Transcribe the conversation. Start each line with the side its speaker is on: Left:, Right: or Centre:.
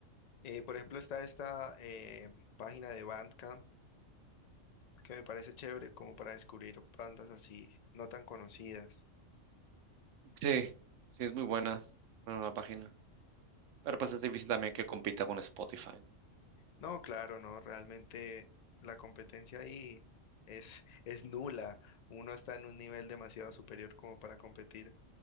Left: Eh, por ejemplo, está esta eh, página de Bandcamp que me parece chévere como para descubrir bandas así no tan conocidas.
Right: Sí, sí es muy buena, bueno, la página. Pero pues es difícil también que compita con Spotify.
Left: No, claro, no, realmente la competencia ahí es, <laughs> es nula. Uno está en un nivel demasiado superior como para competir